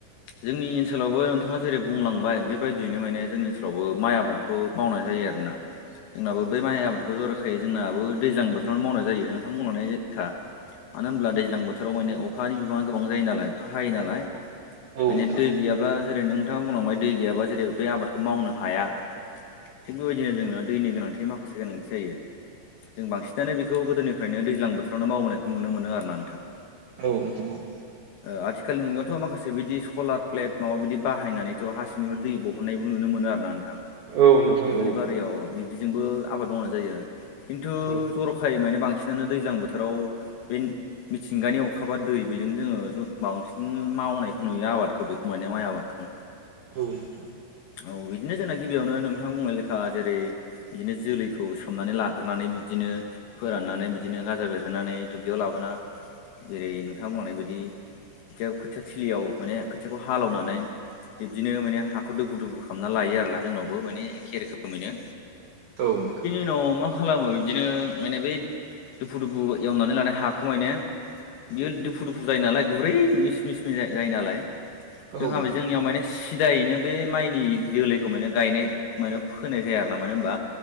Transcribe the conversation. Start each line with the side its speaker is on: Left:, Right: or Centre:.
Left: जोंनि ओनसोलावबो नोंथाङा जेरै बुंलांबाय बेबायदियैनो माने जोंनि ओनसोलावबो माइ आबादखौ मावनाय जायो आरोना।
Right: <inaudible>
Left: जोंनाबो बै माइ आबादखौ ज'रखायै जोंनाबो दैज्लां बोथोरावनो मावनाय जायो नोंथां बुंलांनाय जखा। मानो होनोमब्ला दैजां बोथोराव माने अखानि बिबां गोबां जायो नालाय अखा हायो नालाय
Right: औ
Left: माने
Right: औ नोंथां
Left: दै
Right: औ
Left: गैयाबा जेरै नों नोंथां उनावहाय दै गैयाबा जेरै बे आबादखौ मावनो हाया। थिग बेबायदिनो जोंनो दैनि गोनांथि माखासे गोनांथि जायो। जों बांसिनानो बेखौ गोदोनिफ्रायनो दैजां बोथोरावनो मावबोनायखौ नुनो मोनो आरोना नोंथां।
Right: औ नोंथां औ
Left: ओ आथिखालनि मुगायावथ' माखासे बिदि सलार प्लेट माबा बियदि बाहायनानैथ' हा सिंनिबो दै बहन हननायखौ नुनो मोनो आरोना नोंथां
Right: औ नोंथां
Left: दुब्लि
Right: औ
Left: बारियाव बि जोंबो आबाद मावनाय जायो खिन्थु
Right: औ
Left: जर'खायै माने बांसिनानो दैज्लां बोथोराव। बे मिथिंगानि अखााबा दै बेजों जोङो ज बांसिन मावनायखौ नुयो आबादखौ बेखौ माने माइ आबादखौ।
Right: औ नोंथां
Left: औ बिदिनो जोंना गिबियावनो नोंथां बुंनाय लेखा जेरै बिदिनो जोलैखौ सोमनानै लाग्रोनानै बिब्दिनो फोराननानै बिदिनो गाजा बेरहोनानै दुब्लियाव लाबोना जेरै नोंथांमोननाय बिदि खोथिया खोथिया थिलियाव माने खोथियाखौ हालेनानै बिब्दिनो माने हाख हाखौ दुफु दुफु खालामना लायो आरोना जोंनावबो माने एखे रोखोमैनो।
Right: औ नोंथां।
Left: जोंनाव मा खालामो बिबदिनो माने बै दुफु दुफु एवनानै लानाय हाखौ माने बियो दुफु दुफु जायो नालाय गुरै मिस मिसमन जायो नालाय। जोंहाबो
Right: औ नोंथां
Left: जोंनियाव माने सिदायैनो बे माइनि जोलैखौ माने गायनाय मेनो फोनाय जाया आरोना मानो होनबा